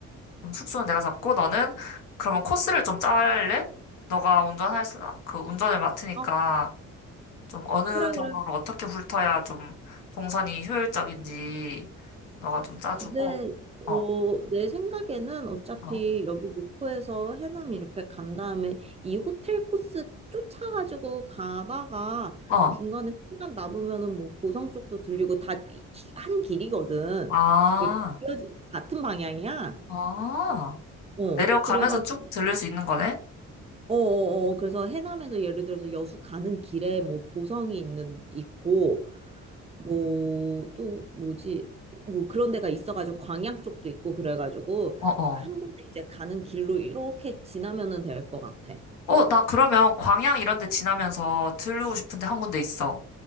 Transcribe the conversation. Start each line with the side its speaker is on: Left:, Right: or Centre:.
Left: 그럼 숙소는 내가 잡고, 너는 그러면 코스를 좀 짤래? 너가 운전할, 수- 그 운전을 맡으니까
Right: 아,
Left: 좀 어느
Right: 그래,
Left: 경로로
Right: 그래.
Left: 어떻게 훑어야 좀 동선이 효율적인지 너가 좀 짜주고,
Right: 근데 어,
Left: 어,
Right: 내 생각에는 어차피
Left: 어,
Right: 여기 목포에서 해남 이렇게 간 다음에 이 호텔 코스 쫓아가지고 가다가
Left: 어,
Right: 중간에 시간 남으면은 뭐 보성 쪽도 들리고 다 한 길이거든.
Left: 아,
Right: 그 이어지- 같은 방향이야.
Left: 아,
Right: 어,
Left: 내려가면서
Right: 그래가지고
Left: 쭉 들릴 수 있는 거네?
Right: 어어어 그래서 해남에서 예를 들어서 여수 가는 길에 뭐 보성이 있는 있고 뭐 또 뭐지 뭐 그런 데가 있어가지고 광양 쪽도 있고 그래가지고
Left: 어, 어.
Right: 한 번에 이제 가는 길로 이렇게 지나면은 될 것 같아.
Left: 어, 나 그러면 광양 이런 데 지나면서 들르고 싶은 데 한 군데 있어.